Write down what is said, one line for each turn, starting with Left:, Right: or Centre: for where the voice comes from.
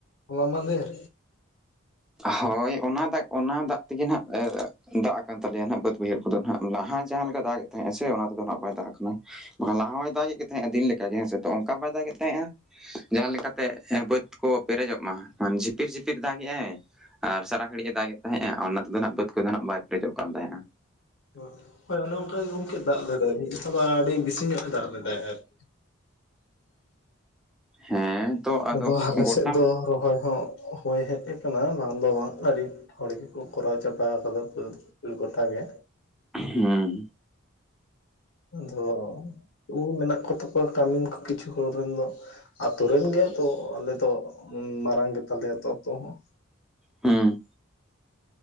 Left: ᱦᱚᱞᱟ ᱢᱟᱫᱷᱮᱨ᱾
Centre: ᱦᱳᱭ ᱚᱱᱟ ᱫᱟᱜ ᱚᱱᱟ ᱫᱟᱜ ᱛᱮᱜᱮ ᱱᱟᱦᱟᱜ ᱮ ᱫᱟᱜ ᱟᱠᱟᱱ ᱛᱟᱞᱮᱭᱟ ᱱᱟᱸᱦᱟᱜ ᱵᱟᱹᱫᱽ ᱵᱟᱹᱭᱦᱟᱹᱲ ᱠᱚᱫᱚ ᱱᱟᱦᱟᱜ ᱞᱟᱦᱟ ᱡᱟᱸᱦᱟ ᱞᱮᱠᱟ ᱫᱟᱜ ᱮᱫ ᱛᱟᱸᱦᱮᱡ ᱟᱭ ᱥᱮ ᱚᱱᱟ ᱠᱚᱫᱚ ᱱᱟᱦᱟᱜ ᱵᱟᱭ ᱫᱟᱜ ᱟᱠᱟᱱᱟ᱾ ᱟᱱᱟ ᱞᱟᱦᱟ ᱦᱚᱸᱭ ᱫᱟᱜ ᱮᱫ ᱛᱟᱦᱮᱸᱜ-ᱟ ᱫᱤᱱ ᱞᱮᱠᱟ ᱜᱮ ᱦᱮᱸ ᱥᱮ ᱛᱚ ᱚᱱᱠᱟ ᱵᱟᱭ ᱫᱟᱜᱮᱫ ᱛᱟᱦᱮᱸᱜ-ᱟ᱾ ᱡᱟᱦᱟᱸ ᱞᱮᱠᱟ ᱛᱮ ᱮ ᱵᱟᱹᱫᱽ ᱠᱚ ᱯᱮᱨᱮᱡᱚᱜ ᱢᱟ ᱡᱷᱤᱯᱤᱨ ᱡᱷᱤᱯᱤᱨ ᱫᱟᱜᱮ-ᱟᱭ ᱟᱨ ᱥᱟᱨᱟ ᱜᱷᱟᱹᱲᱤᱡ ᱮ ᱫᱟᱜ ᱮᱫ ᱛᱟᱦᱮᱸᱜ-ᱟ ᱚᱱᱟ ᱛᱮᱫᱚ ᱱᱟᱦᱟᱸᱜ ᱵᱟᱹᱫᱽ ᱠᱚᱫᱚ ᱱᱟᱦᱟᱜ ᱵᱟᱭ ᱯᱮᱨᱮᱡᱚᱜ ᱠᱟᱱ ᱛᱟᱦᱮᱸᱜ-ᱟ᱾
Left: ᱦᱳᱭ, ᱦᱳᱭ ᱚᱱᱮ ᱚᱱᱠᱟ ᱜᱮ ᱜᱚᱝᱠᱮ ᱫᱟᱜ ᱞᱮᱫᱟᱭ ᱢᱤᱫ ᱫᱷᱟᱣ ᱫᱚ ᱟᱹᱰᱤ ᱵᱤᱥᱤ ᱧᱚᱜ-ᱮ ᱫᱟᱜ ᱞᱮᱫᱟᱭ ᱟᱹᱨᱠᱤ᱾
Centre: ᱦᱮᱸ᱾ ᱛᱚ
Left: ᱟᱫᱚ ᱟᱞᱮ
Centre: ᱜᱚᱴᱟᱢ
Left: ᱥᱮᱫ ᱫᱚ ᱨᱚᱦᱚᱭ ᱦᱚᱸ ᱦᱳᱭ ᱦᱮᱡ ᱟᱠᱟᱱᱟ ᱵᱟᱝ ᱫᱚ ᱵᱟᱝ ᱟᱹᱰᱤ ᱦᱚᱲ ᱜᱮᱠᱚ ᱠᱚᱨᱟᱣ ᱪᱟᱵᱟ ᱟᱠᱟᱫᱟ ᱵᱟᱹᱫᱽ <unintelligible> ᱜᱚᱴᱟ ᱜᱮ᱾
Centre: ᱦᱮᱸ᱾
Left: ᱟᱫᱷᱚ ᱳᱭ ᱢᱮᱱᱟᱜ ᱠᱚᱛᱟ ᱠᱚᱣᱟ ᱠᱟᱹᱢᱤᱱ ᱠᱚ ᱠᱤᱪᱷᱩ ᱦᱚᱲ ᱨᱮᱱ ᱫᱚ᱾ ᱟᱛᱳ ᱨᱮᱱ ᱜᱮ ᱛᱚ ᱟᱞᱮ ᱫᱚ, ᱢᱟᱨᱟᱝ ᱜᱮ ᱛᱟᱞᱮᱭᱟ ᱛᱚ ᱟᱛᱳ ᱦᱚᱸ᱾
Centre: ᱦᱩᱸ᱾